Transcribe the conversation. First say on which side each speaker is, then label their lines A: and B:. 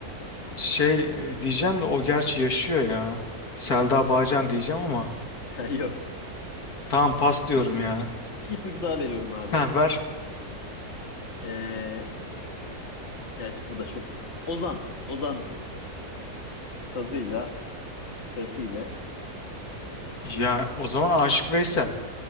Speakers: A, on the left; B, on the left.
A: Şey e, diyeceğim de o gerçi yaşıyor ya. Selda Bağcan diyeceğim ama
B: <laughs> Yok.
A: tamam pas diyorum
B: Bir,
A: ya.
B: bir, bir ipucu daha veriyorum abi.
A: Ha ver.
B: Ee, Gerçi bu da çok... Ozan. Ozan diyeyim. Sazıyla, sesiyle.
A: Ya o zaman Aşık Veysel.